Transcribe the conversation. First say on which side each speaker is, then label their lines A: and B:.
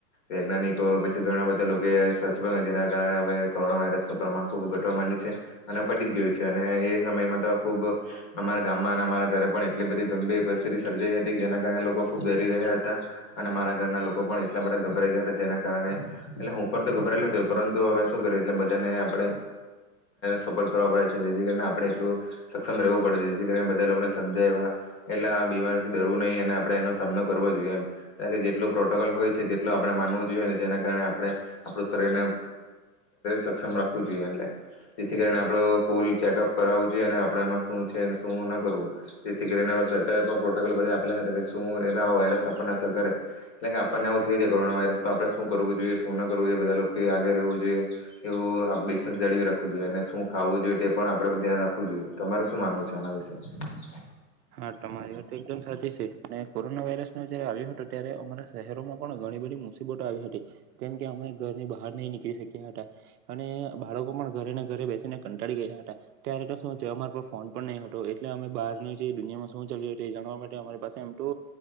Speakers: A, on the left (about 20°); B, on the right (about 75°).
A: વૈજ્ઞાનિકો પછી ઘણા બધા લોકોએ સર્ચ પણ જેના કારણે હવે કોરોના વાયરસનું પ્રમાણ ખૂબ ઘટવા માંડ્યું છે. અને પટી જ ગયું છે. અને એ સમયમાં તો ખૂબ અમારા ગામમાં અને અમારા ઘરે પણ એટલી બધી ગંભીર પરિસ્થિતિ સર્જાઈ હતી જેના કારણે લોકો ખૂબ ગરી રહ્યા હતા, અને અરા ઘરના લોકો પણ એટલા બધા ગભરાઈ ગયા. જે કારણે, એટલે હું ઉપર તો ગબરાયત પરંતુ હવે શું કર એટલે બધાને આપડે સપોર્ટ કરવા પડે છે જેથી કરીને આપણે એટલું, સક્ષમ રવું પડે જેથી બધા લોકોને સમજાય એવા, એટલા બીમારીથી દરવું નહી અને આપડણે એનો સામનો કરવો જોઈએ એમ, કાર કે જેટલો પ્રોટોકોલ હોય છે તેટ આપણે માનવું જોઈએ, અને જેના કારણે આપણે આપણું શરીર ને સક્ષમ રાખવું જોઈએ, એટલે જેથી કરીને આપ ફૂલ ચેકઅપ કરાવવું જોઈએ, અને આપણેમાં શું છે શું ના કરવું જેથી કરીને સરકારે પણ પ્રોટોકોલ બધા આપેલા શું એ વાયરસ આપણને સરકારે એટલે કે આપણને એવું થઈ જાય કોરોના વાયરસ તો આપણે શું કરવું જોઈએ શું ન કરવું જોઈએ બધા લોકો આગે રહેવું જોઈએ, એવું આપણે ડિસ્ટન્સ જાળવી રાખવું જોઈએ, અને શું ખાવવું જોઈએ તે પણ આપણે ધ્યાન રાખવું જોઈએ, તમારે શું માનવું છે, આના વિશે?
B: હા તમારી વા તો એકદમ સાચી છે, ને કોરોના વાયરસ મે જયારે આવ્યો હતો ત્યારે અમારા શહેરોમાં પણ ઘણી બધી મુસીબતો આવી હતી, જેમ કે અમે ઘરની બહાર નહીં નીકળી શક્યા હતા અને બાળકો પણ ઘરેને ઘરે બેસીને કંટાળી ગયા હતા. ત્યારે તો શું છે અમાર પાહ ફોન પણ નહીં હતો એટલે અમે બહારની જે દુનિયામાં શું ચાલ્યું હતું એ જાણવા માટે અમારી પાસે એમ તો